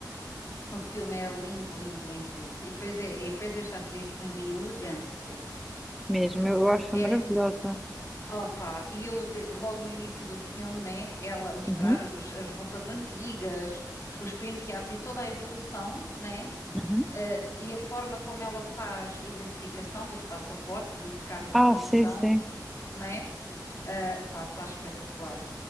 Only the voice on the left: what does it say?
o filme é lindo, lindo, lindo, lindo. E depois, é, e depois esta atriz tem uma elegância.
É,
opa, e eu de- logo no início do filme, né? Ela a mostrar
os- as roupas antigas, os penteados e toda a evolução, né?
Eh, e a forma como ela faz a identificação dos passaportes e carta
de condução,
né? Eh, pá, está espetacular.